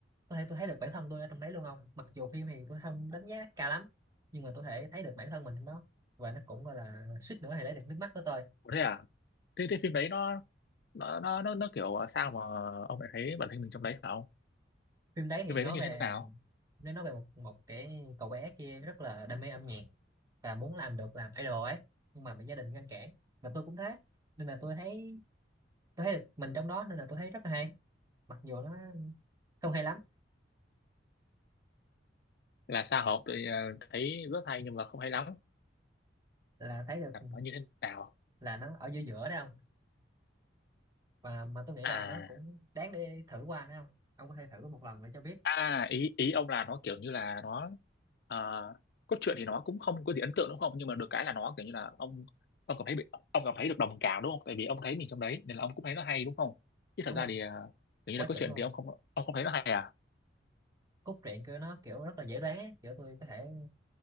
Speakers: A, on the right; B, on the left.
A: có thể tôi thấy được bản thân tôi ở trong đấy luôn không mặc dù phim thì tôi không đánh giá cao lắm nhưng mà tôi thể thấy được bản thân mình trong đó và nó cũng gọi là suýt nữa thì lấy được nước mắt của tôi
B: Ủa thế à thế, thế phim đấy nó nó nó nó, nó kiểu ờ, sao mà ông lại thấy bản thân mình trong đấy phải không
A: phim đấy thì
B: phim đấy
A: nói
B: nó như
A: về
B: thế nào
A: nó nói về một một cái cậu bé kia rất là đam mê âm nhạc và muốn làm được làm idol ấy nhưng mà bị gia đình ngăn cản và tôi cũng thế nên là tôi thấy tôi thấy được mình trong đó nên là tôi thấy rất là hay mặc dù nó không hay lắm
B: là sao hợp tôi ờ, thấy rất hay nhưng mà không hay lắm
A: là thấy được
B: là nó như thế nào
A: là nó ở giữa giữa đấy không và mà tôi nghĩ
B: à
A: là nó cũng đáng để thử qua đấy không ông có thể thử một lần để cho biết
B: À ý ý ông là nó kiểu như là nó ờ, cốt truyện thì nó cũng không có gì ấn tượng đúng không? Nhưng mà được cái là nó kiểu như là ông ông cảm thấy bị ông cảm thấy được đồng cảm đúng không? Tại vì ông thấy mình trong đấy nên là ông cũng thấy nó hay đúng không? Chứ
A: đúng
B: thật
A: rồi
B: ra thì ờ, kiểu như
A: quá
B: là
A: chuẩn
B: cốt truyện
A: luôn
B: thì ông không ông không thấy nó hay à?
A: cốt truyện của nó kiểu rất là dễ đoán ấy. kiểu tôi có thể